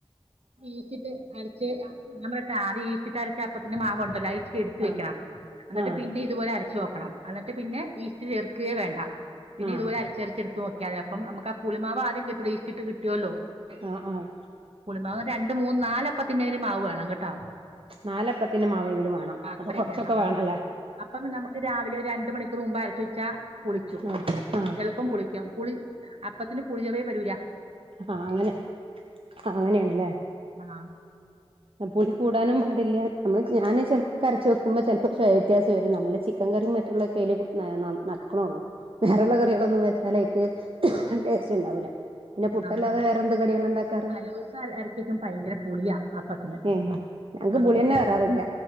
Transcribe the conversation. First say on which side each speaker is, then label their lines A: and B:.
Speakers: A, on the right (about 75°); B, on the right (about 60°).
A: ഈസ്റ്റിട്ട് അരച്ചു വെയ്യാ ഞാൻ പറയട്ടെ. ആദ്യം ഈസ്റ്റിട്ട രച്ചു വെച്ച അപ്പത്തിന്റെ മാവുണ്ടല്ലോ? അതിച്ചിരി യെടുത്തുവെക്കണം.
B: ആഹ്
A: എന്നിട്ടു
B: ആഹ്
A: പിന്നെയും ഇതുപോലെ യരച്ചുനോക്കണം. എന്നിട്ടു പിന്നെ ഈസ്റ്റ് ചേർക്കുകേ വേണ്ട. പിന്നെ
B: ആഹ്
A: ഇതുപോലെ അരച്ചര ച്ചെടു നോക്കിയാ മതി. അപ്പം നമുക്കാ പുളിമാവാദ്യം കിട്ടു, ഈസ്റ്റിട്ട് കിട്ടു വല്ലോ?
B: ആഹ് ആഹ്
A: പുളിമാവു രണ്ടു മൂന്ന് നാലപ്പത്തിന്റെയെങ്കിലും മാവുവേണം കേട്ടോ
B: നാലപ്പത്തിന്റെ മാവെങ്കിലും വേണം
A: അത്രയും
B: അപ്പൊ കൊറച്ചൊക്കെ
A: വേണം
B: വേണമല്ലേ
A: അപ്പം പിന്നെനമുക്ക് രാവിലെ ഒരു രണ്ടുമണിക്കൂറുമുമ്പ് അരച്ചു വെച്ചാ പുളിക്കും
B: ആഹ് ആഹ്
A: എളുപ്പം പുളിക്കും പുളി അപ്പത്തിന് പുളിചൊവയേവരൂല
B: ആഹ് അങ്ങനെ അങ്ങനെയാണല്ലേ
A: ആഹ്
B: പുളികൂടാനും പാടില്ല നമ്മള് ഞാന് ചിലപ്പോക്കെയരച്ചുവെക്കുമ്പോ ചിലപ്പോടേസ്റ്റുവ്യത്യാസം വരും നമ്മുടെ ചിക്കൻ കറിയും മറ്റുള്ള കയ്ൽ നക്കണള്ളൂ വേറള്ള കറികളൊന്നും വെച്ചാൽക്ക് ടേസ്റ്റ് ഉണ്ടാവൂല്ല പിന്നെ പുട്ടല്ലാതെ
A: നമ്മള്
B: വേറെന്ത കടികള് ഇണ്ടാക്കാറ്
A: തലേദിവസം അര അരച്ച് വെക്കുമ്പോ ഭയങ്കര പുളിയാ അപ്പത്തിന്
B: ഏഹ് ഞങ്ങക്ക്
A: അതുകൊണ്ട്
B: പുളി തന്നെ വരാറില്ല